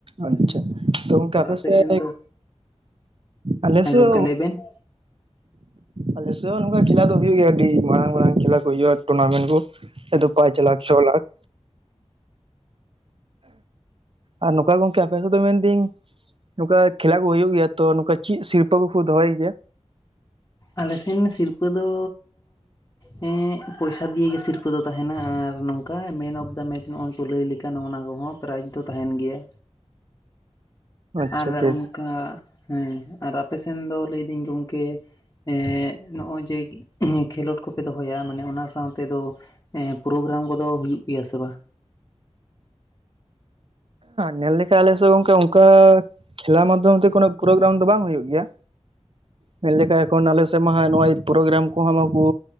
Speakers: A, on the right; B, on the left.
A: ᱟᱪᱪᱷᱟ ᱛᱚ ᱜᱚᱝᱠᱮ
B: ᱟᱨ ᱟᱯᱮ
A: ᱥᱮᱫ
B: ᱥᱮᱱ ᱫᱚ
A: ᱟᱞᱮ
B: ᱦᱮᱸ
A: ᱥᱮᱫ
B: ᱜᱚᱝᱠᱮ ᱞᱟᱹᱭ ᱵᱮᱱ᱾ <inaudible>
A: ᱟᱞᱮ ᱥᱮᱜ ᱦᱚᱸ ᱱᱚᱝᱠᱟ ᱠᱷᱮᱞᱟ ᱫᱚ ᱦᱩᱭᱩᱜ ᱜᱮᱭᱟ ᱟᱹᱰᱤ ᱢᱟᱨᱟᱝ ᱢᱟᱨᱟᱝ ᱠᱷᱮᱞᱟ ᱠᱚ ᱦᱩᱭᱩᱜᱼᱟ ᱴᱩᱨᱱᱟᱢᱮᱱᱴ ᱠᱚ᱾ ᱟᱫᱚ ᱯᱟᱸᱪ ᱞᱟᱠᱷ ᱪᱷᱚ ᱞᱟᱠᱷ᱾ ᱟᱨ ᱱᱚᱝᱠᱟ ᱜᱚᱝᱠᱮ ᱟᱯᱮ ᱥᱮᱱ ᱫᱚ ᱢᱮᱱᱫᱟᱹᱧ, ᱱᱚᱝᱠᱟ ᱠᱷᱮᱞᱟ ᱠᱚ ᱦᱳᱭᱳ ᱜᱮᱭᱟᱚ ᱛᱚ ᱱᱚᱝᱠᱟ ᱪᱮᱜ ᱥᱤᱨᱯᱟᱹ ᱠᱚᱠᱚ ᱫᱚᱦᱚᱭ ᱜᱮᱭᱟ?
B: ᱟᱞᱮᱥᱮᱱ ᱥᱤᱨᱯᱟᱹ ᱫᱚ ᱦᱮᱸᱜ ᱯᱩᱭᱥᱟ ᱫᱤᱭᱮ ᱜᱮ ᱥᱤᱨᱯᱟᱹ ᱫᱚ ᱮᱸᱜ ᱯᱚᱭᱥᱟ ᱫᱤᱭᱟ ᱜᱮ ᱥᱤᱨᱯᱟ ᱫᱚ ᱛᱟᱦᱮᱱᱟ ᱟᱨ ᱱᱚᱝᱠᱟ ᱢᱮᱱ ᱚᱯᱷ ᱫᱟ ᱢᱮᱪ ᱱᱚᱜᱼᱚᱭ ᱠᱚ ᱞᱟᱹᱭ ᱞᱮᱠᱟ ᱚᱱᱟ ᱠᱚᱦᱚᱸ᱾ ᱯᱨᱟᱭᱤᱡᱽ ᱫᱚ ᱛᱟᱦᱮᱱ ᱜᱮᱭᱟ᱾
A: ᱟᱪᱪᱷᱟ
B: ᱟᱨ
A: ᱵᱮᱥ
B: ᱚᱱᱠᱟ ᱦᱮᱸ ᱟᱨ ᱟᱯᱮ ᱥᱮᱱ ᱫᱚ ᱞᱟᱹᱭ ᱫᱤᱹᱧ ᱜᱚᱝᱠᱮ ᱮᱸᱜ ᱱᱚᱜᱼᱚᱭ ᱡᱮ ᱠᱷᱮᱞᱳᱰ ᱠᱚᱯᱮ ᱫᱚᱦᱚᱭᱟ ᱢᱟᱱᱮ ᱚᱱᱟ ᱥᱟᱶᱛᱮ ᱫᱚ ᱦᱮᱸ ᱯᱨᱳᱜᱨᱟᱢ ᱠᱚᱫᱚ ᱦᱩᱭᱩᱜ ᱜᱮᱭᱟ ᱥᱮ ᱵᱟᱝ?
A: ᱧᱮᱞ ᱞᱮᱠᱷᱟᱡ ᱟᱞᱮ ᱥᱮᱜ ᱜᱟᱝᱠᱮ ᱚᱝᱠᱟ - ᱠᱷᱮᱞᱟ ᱢᱟᱫᱽᱫᱷᱚᱢ ᱛᱮ ᱠᱳᱱᱳ ᱯᱨᱳᱜᱨᱟᱢ ᱫᱚ ᱵᱟᱝ ᱦᱩᱭᱩᱜ ᱜᱮᱭᱟ᱾ ᱢᱮᱱᱞᱮᱠᱷᱟᱡ ᱮᱠᱷᱚᱱ ᱟᱞᱮ ᱥᱮᱜ ᱢᱟ ᱦᱟᱸᱜ ᱱᱚᱜᱚᱭ ᱯᱨᱳᱜᱨᱟᱢ ᱠᱚᱦᱚᱸ ᱢᱟᱠᱩ